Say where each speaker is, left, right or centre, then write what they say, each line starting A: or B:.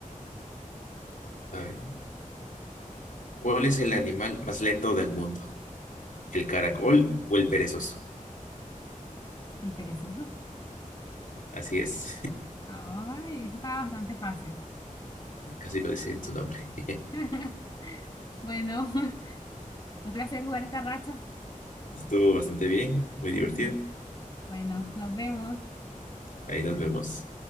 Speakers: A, on the left; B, on the left.
A: a ver. ¿Cuál es el animal más lento del mundo? ¿El caracol o el perezoso?
B: El perezoso.
A: Así es,
B: Ay, eso estaba bastante fácil.
A: <laughs> casi lo dice en su nombre. <laughs>
B: <laughs> Bueno, <laughs> un placer jugar esta racha.
A: Estuvo bastante bien, muy
B: Sí,
A: divertido.
B: sí. Bueno, nos vemos.
A: Ahí nos vemos.